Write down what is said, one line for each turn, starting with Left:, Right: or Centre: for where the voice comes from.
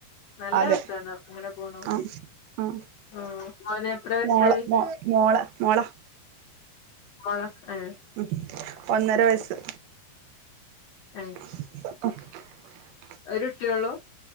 Left: നല്ല
Right: അതെ
Left: വത്താനം ഇങ്ങനെ പോണു
Right: ആ ആ
Left: ആ മോനെ എത്രവയസായി
Right: മോള മോ മോള മോള
Left: മോളാ ഏഹ്
Right: ഉം ഒന്നരവയസ്സ്
Left: ഏഹ്
Right: <inaudible>
Left: ഒരുട്ടിള്ളു